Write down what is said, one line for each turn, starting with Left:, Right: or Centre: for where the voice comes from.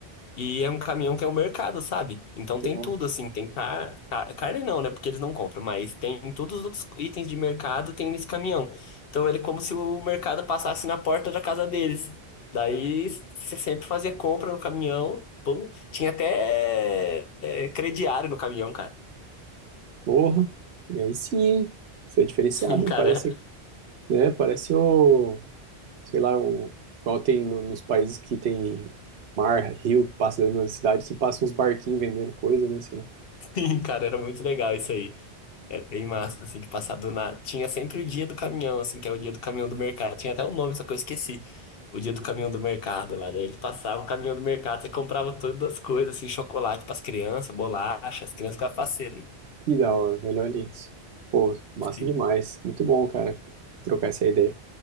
Left: e é um caminhão que é o mercado, sabe? Então tem
Right: ó.
Left: tudo, assim, tem car... ca- carne não, né? Porque eles não compram, mas tem todos os outros itens de mercado tem nesse caminhão. Então ele é como se o mercado passasse na porta da casa deles. Daí você sempre fazia compra no caminhão, pum. Tinha até é, crediário no caminhão, cara.
Right: Porra! E aí sim, hein? Isso é diferenciado,
Left: Sim,
Right: né?
Left: cara.
Right: Parece, né? Parece o... sei lá, o, igual tem no- nos países que tem mar, rio que passa dentro das cidades, assim, passa uns barquinhos vendendo coisa, né? Sei lá.
Left: <laughs> Sim, cara, era muito legal isso aí. Era bem massa, assim, de passar do nada. Tinha sempre o dia do caminhão, assim, que é o dia do caminhão do mercado. Tinha até um nome, só que eu esqueci. O dia do caminhão do mercado lá. Daí ele passava o caminhão do mercado, você comprava todas as coisas, assim, chocolate pras crianças, bolacha, as crianças ficavam faceiras.
Right: Que da hora, velho, olha isso. Pô, massa
Left: Sim.
Right: demais. Muito bom, cara, trocar essa ideia.